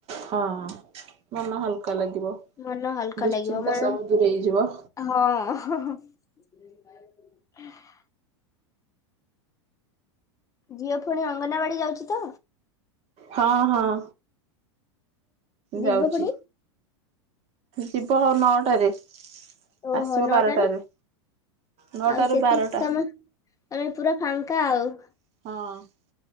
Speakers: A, on the right; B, on the left.
A: ହଁ ହଁ ମନ ହାଲକା ଲାଗିବ
B: ମନ ହାଲକା
A: ଦୁଶ୍ଚିନ୍ତା
B: ଲାଗିବ ମନ
A: ସବୁ ଦୂରେଇ ଯିବ।
B: ହଁ ଝିଅ ଫୁଣି ଅଙ୍ଗନବାଡି ଯାଉଛି ତ।
A: ହଁ ହଁ।
B: ଯିବ
A: ଯାଉଛି
B: ପୁଣି
A: ଯିବ ହଅ ନଅଟାରେ।
B: ଓହୋ
A: ଆସିବ
B: ନଅଟାରୁ
A: ବାରଟାରେ। ନଅଟାରୁ
B: ଆଉ ସେତି
A: ବାରଟା।
B: ସମ ତମେ ପୁରା ଫାଙ୍କା ଆଉ।
A: ହଁ।